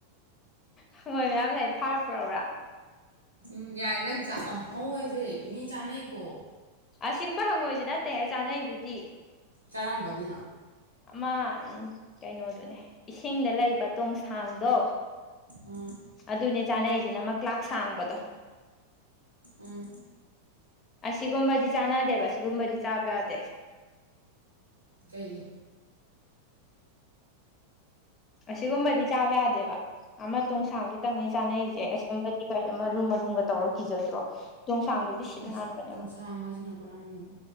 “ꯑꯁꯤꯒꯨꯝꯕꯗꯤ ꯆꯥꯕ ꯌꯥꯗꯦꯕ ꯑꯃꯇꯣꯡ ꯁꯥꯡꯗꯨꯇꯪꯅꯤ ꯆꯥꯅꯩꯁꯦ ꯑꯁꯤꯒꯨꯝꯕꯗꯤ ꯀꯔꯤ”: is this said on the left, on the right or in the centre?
Left